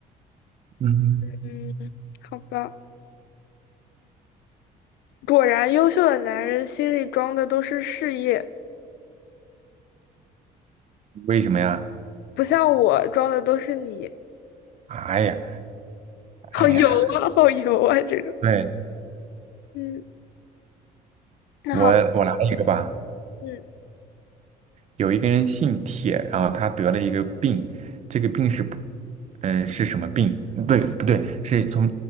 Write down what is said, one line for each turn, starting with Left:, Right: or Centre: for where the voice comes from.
Right: 嗯，
Left: 嗯，好吧。果然，优秀的男人心里装的都是事业，
Right: 为什么呀？
Left: 不像我装的都是你。
Right: 哎呀，
Left: <laughs> 好油啊，
Right: 哎呀，
Left: 好油啊，这种。
Right: 对，
Left: 嗯，那好，
Right: 我我来一个吧。
Left: 嗯
Right: 有一个人姓铁，然后他得了一个病，这个病是不，嗯，是什么病？对，不对，是从